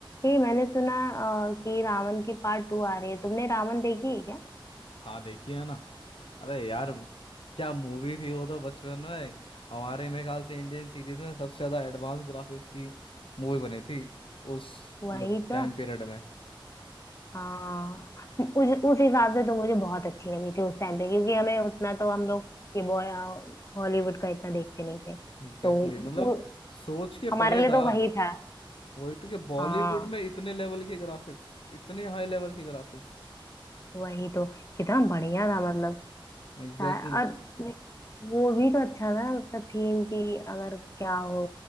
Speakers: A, on the left; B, on the left.
A: ये मैंने सुना अ, कि रावण की पार्ट टू आ रही है तुमने रावण देखी है क्या
B: हाँ देखी है ना अरे यार क्या मूवी थी वो तो बचपन में हमारे मेरे ख्याल से इंडियन सीरीज में सबसे ज्यादा एडवांस ग्राफिक्स की मूवी बनी थी उस
A: वही
B: मतलब टाइम
A: तो
B: पीरियड में
A: हाँ उस उस हिसाब से तो मुझे बहुत अच्छी लगी थी उस टाइम पे क्योंकि हमें उतना तो हम लोग ये बॉय हॉलीवुड का इतना देखते नहीं थे
B: Exactly
A: तो
B: exactly. मतलब
A: वो,
B: सोच के
A: हमारे
B: परे
A: लिए
B: था
A: तो वही था
B: वही तो कि बॉलीवुड
A: हाँ
B: में इतने लेवल के ग्राफिक्स इतने हाई लेवल के ग्राफिक्स
A: वही तो कितना बढ़िया था मतलब
B: Exactly
A: सा- और
B: exactly.
A: वो भी तो अच्छा था उसका थीम कि अगर क्या हो